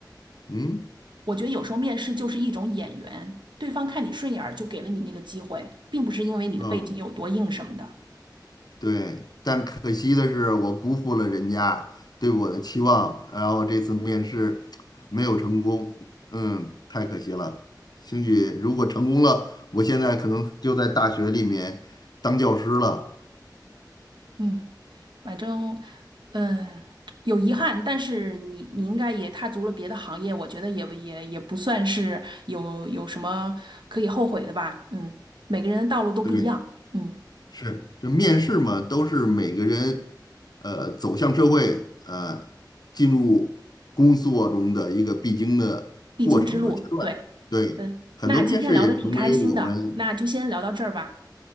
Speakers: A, on the left; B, on the right.
A: 嗯
B: 我觉得有时候面试就是一种眼缘，对方看你顺眼儿就给了你那个机会，并不是因为你的背景有多硬什么的。
A: 嗯，对。但可惜的是，我辜负了人家对我的期望，然后这次面试没有成功，嗯，太可惜了。兴许如果成功了，我现在可能就在大学里面当教师了。
B: 嗯，反正，嗯，有遗憾，但是你你应该也踏足了别的行业，我觉得也也也不算是有有什么可以后悔的吧。嗯，每个人的道路都不一样，
A: 对。
B: 嗯，
A: 是，这面试嘛，都是每个人呃走向社会呃进入工作中的一个必经的过程和阶段。
B: 必经之路，对，
A: 对，
B: 嗯，
A: 很多面试也成为我们，
B: 那今天聊的挺开心的，那就先聊到这儿吧。